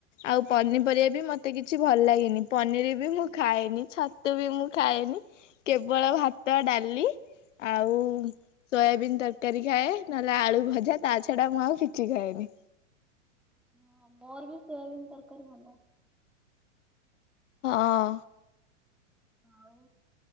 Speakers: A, on the left; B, in the centre.
A: ଆଉ ପନିପରିବା ବି ମତେ କିଛି ଭଲ ଲାଗେନି। ପନିର ବି ମୁଁ ଖାଏନି ଛତୁ ବି ମୁଁ ଖାଏନି। କେବଳ ଭାତ, ଡାଲି ଆଉ-ଉ-ଉ-ଉ ସୋୟାବିିନ ତରକାରୀ ଖାଏ ନହେଲେ ଆଳୁ ଭଜା ତା ଛଡା ମୁଁ ଆଉ କି ଛି ଖାଏନି।
B: ହଁ ମୋର ବି ସୋୟାବିିନ ତରକାରୀ ଭଲ।
A: ହଁ।
B: ଆଉ